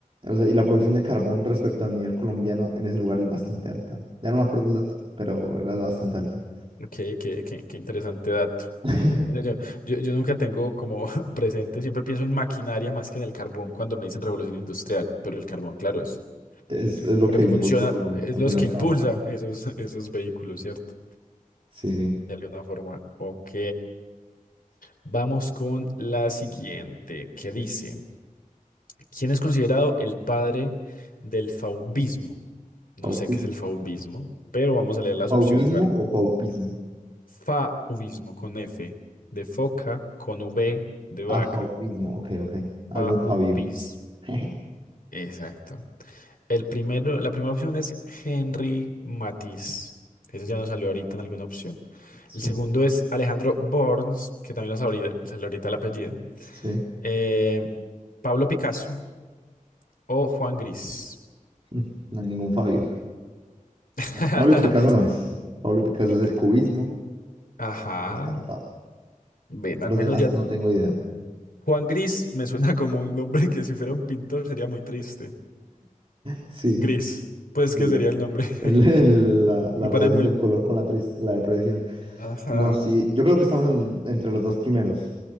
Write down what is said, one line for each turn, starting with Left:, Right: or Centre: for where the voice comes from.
Right: O sea, y la producción de carbón respecto al nivel colombiano en ese lugar es bastante alta. Ya no me acuerdo el dato, pero era bastante alta.
Left: Qué, qué, qué- qué interesante dato.
Right: <laughs>
Left: Yo, yo- yo- yo nunca tengo como <laughs> presente, siempre pienso en maquinaria más que en el carbón cuando me dicen revolución industrial, pero el carbón, claro, es
Right: Es, es lo
Left: por
Right: que
Left: lo que
Right: impulsó
Left: funciona,
Right: todo,
Left: es
Right: al
Left: los
Right: fin y
Left: que
Right: al cabo.
Left: impulsa esos, <laughs> esos vehículos, ¿cierto?
Right: Sí, sí.
Left: De alguna forma. Ok, vamos con la siguiente, que dice? ¿Quién es considerado el padre del fauvismo? No
Right: Paupismo.
Left: sé qué es el fauvismo, pero vamos a leer las
Right: ¿Paumismo
Left: opciones. A ver.
Right: o paupismo?
Left: Fauvismo con F de foca, con V de vaca.
Right: Ah, paupismo. Ok, ok. Algún
Left: Fauvismo.
Right: Fabio. <laughs>
Left: Exacto. El primero, la primera opción es Henri Matisse. Ese ya nos salió ahorita en alguna opción.
Right: Sí,
Left: El segundo es Alejandro Borns, que también lo salió ahorita, salió ahorita el apellido.
Right: sí.
Left: Eh, Pablo Picasso o Juan Gris.
Right: <laughs> No hay ningún Fabio.
Left: <laughs>
Right: A ver, Pablo y Picasso no es. Pablo y Picasso
Left: Pic-
Right: es el cubismo.
Left: Ajá.
Right: Descartado.
Left: Ven,
Right: Los
Left: al menos
Right: demás
Left: ya.
Right: no tengo idea.
Left: Juan Gris me suena <laughs> como un nombre que si fuera un pintor sería muy triste.
Right: Sí.
Left: Gris, pues
Right: Gris.
Left: que sería
Right: <laughs>
Left: el nombre. <laughs>
Right: El- el- la, la
Left: Me
Right: relación
Left: parece muy.
Right: del color con la, tris- la depresión.
Left: Ajá.
Right: No, sí, yo creo que estamos en- entre los dos primeros.